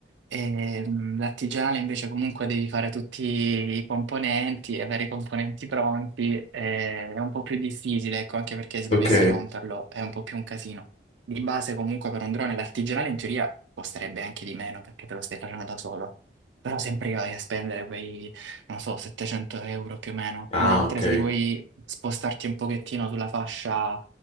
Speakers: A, on the right (about 80°); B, on the left (about 35°).
A: E, mh, l'artigianale invece comunque devi fare tutti i componenti, avere i componenti pronti, eh, è un po' più difficile, ecco, anche perché se
B: Ok.
A: dovessi romperlo è un po' più un casino. Di base comunque per un drone l'artigianale in teoria costerebbe anche di meno perché te lo stai facendo da solo, però sempre che vai a spendere quei, non so, 700 euro più o meno,
B: Ah,
A: mentre
B: ok.
A: se ti vuoi spostarti un pochettino sulla fascia